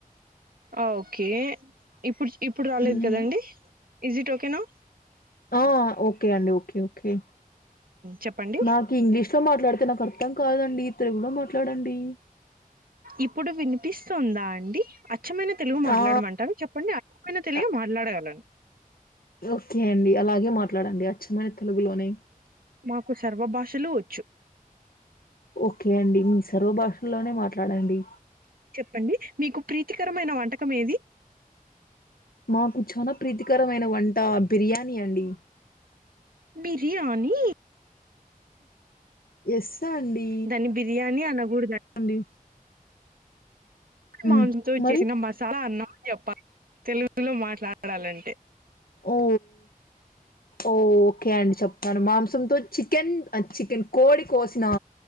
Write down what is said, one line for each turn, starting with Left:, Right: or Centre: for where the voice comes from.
Right: ఓకే ఇప్పుడు, ఇప్పుడు రాలేదు
Left: మ్మ్.
Right: కదండీ. ఈజి ట్ ఓకేనా?
Left: ఆ ఓకే అండి ఓకే ఓకే
Right: చెప్పండి
Left: నాకు ఇంగ్లీష్ లో మాట్లాడితే నాకు అర్థం కాదండి తెలుగులో మాట్లాడండి.
Right: ఇప్పుడు వినిపిస్తుందా అండి? అచ్చమయినా తెలుగు మాట్లాడమంటారా
Left: ఆ
Right: చెప్పండి. అచ్చమైన తెలుగు
Left: అ-
Right: మాట్లాడగలను.
Left: ఓకే అండి అలాగే మాట్లాడండి అచ్చమైన తెలుగులోనే.
Right: మాకు సర్వభాషలు వచ్చు.
Left: ఓకే అండి మీ సర్వభాషల్లోనే మాట్లాడండి.
Right: చెప్పండి మీకు ప్రీతికరమైన వంటకం ఏది?
Left: మాకు చాలా ప్రీతికరమైన వంట బిర్యానీ అండి.
Right: బిర్యానీ
Left: ఎస్ అండి.
Right: దాని బిర్యానీ అనకూడదండి.
Left: అండి మ్మ్.
Right: మాంసంతో
Left: మరి
Right: చేసిన మసాలా అన్నం చెప్పాలి. తెలుగులో మాట్లాడాలంటే
Left: ఓ ఓకే అండి చెప్తాను. మా తందూరి చికెన్, చికెన్ కోడి కోసినా